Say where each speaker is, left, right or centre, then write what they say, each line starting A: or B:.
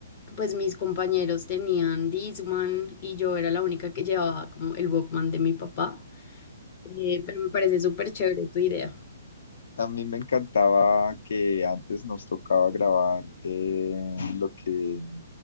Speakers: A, on the left; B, on the left.
A: pues mis compañeros tenían Discman y yo era la única que llevaba como el Walkman de mi papá. Eh, pero me parece súper chévere tu idea.
B: a mí me encantaba que antes nos tocaba grabar eh, lo que